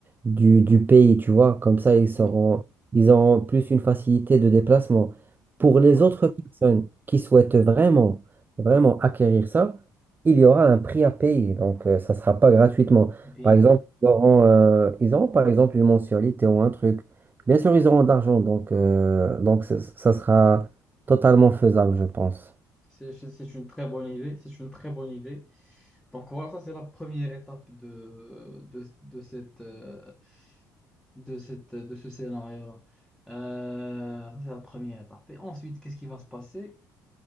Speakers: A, on the right; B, in the centre.
A: du, du pays, tu vois. Comme ça, ils seront,
B: oui,
A: ils auront plus une facilité de déplacement. Pour les
B: oui,
A: autres personnes qui souhaitent vraiment, vraiment acquérir ça, il y aura un prix à payer. Donc, euh, ça ne sera pas gratuitement.
B: bien
A: Par exemple,
B: joué.
A: ils auront, euh, ils auront, par exemple, une mensualité ou un truc. Bien sûr, ils auront de l'argent, donc, euh, donc ça ça sera totalement faisable, je pense.
B: C'est c'est une très bonne idée. C'est une très bonne idée. Donc voilà, ça c'est la première étape de, de, de cette... euh, de cette, de ce scénario-là. Euh, c'est la première étape. Et ensuite, qu'est-ce qui va se passer?